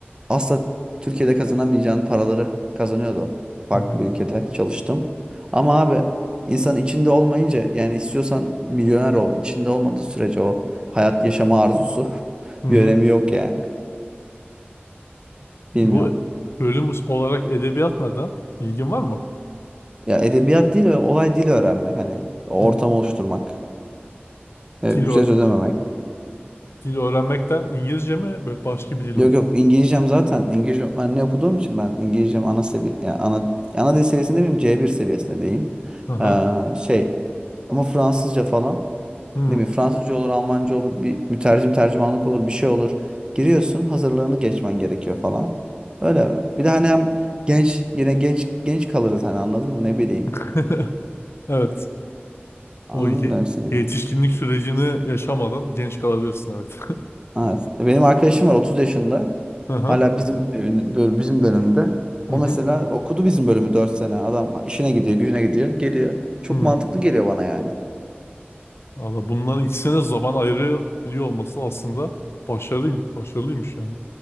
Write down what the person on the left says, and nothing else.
hı hı,
hı hı.
Peki
bu bölüm olarak edebiyat neden? İlgin var mı?
Hmm,
Dil, öğ-
dil öğrenmekten İngilizce mi böyle başka bir dil
mi?
Aha.
Hmm.
<laughs> Evet.
O ye-
yetişkinlik sürecini yaşamadan genç kalabilirsin evet.
<laughs> Hı hı.
Hı hı.
Hı.
Valla bunların ikisine zaman ayırabiliyor olması aslında başarılı, başarılıymış yani.